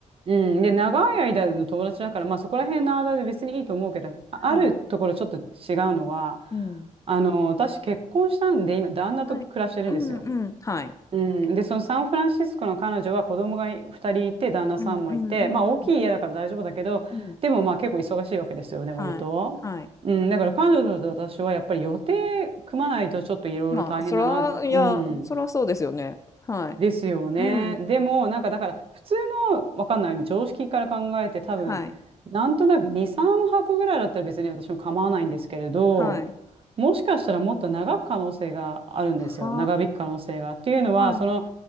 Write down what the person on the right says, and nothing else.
うん。で、長い間の友達だから、まあそこら辺の間で別にいいと思うけど、ああるところちょっと違う
のは、
あの、私結婚したんで、今旦那と暮らしてるんですよ。
うん、で、そのサンフランシスコの彼女は子供が2人いて、旦那さんもいて、
まあ大きい家だから大丈夫だけど、
でもまあ結構忙しいわけですよね、
割と。
うん、だから彼女と私はやっぱり予定組まないとちょっといろいろ大変だな。
うん。
ですよね。
でも、なんかだから、普通の、わかんない、常識から考えて、多分、
なんとなく2、3泊ぐらいだったら別に私も構わないんですけれど、
もしかしたらもっと長く可能性があるんですよ。
長引く可能性が。っていうのは、
その、